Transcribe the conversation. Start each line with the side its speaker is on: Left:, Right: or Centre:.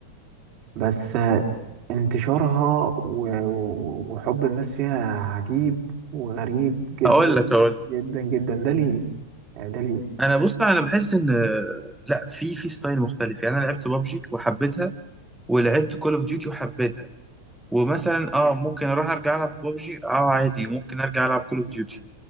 Right: بس آه، انتشارها و- و- وحب الناس فيها عجيب وغريب جدا
Centre: اقول لك اقول
Right: جدا
Centre: لك
Right: جدا ده ليه يعني ده ليه
Centre: انا بص انا بحس ان آه، لا في في ستايل مختلف يعني انا لعبت بابجي وحبيتها ولعبت كول اوف ديوتي وحبيتها ومثلا اه ممكن اروح ارجع العب ببجي اه عادي ممكن ارجع العب كول اوف ديوتي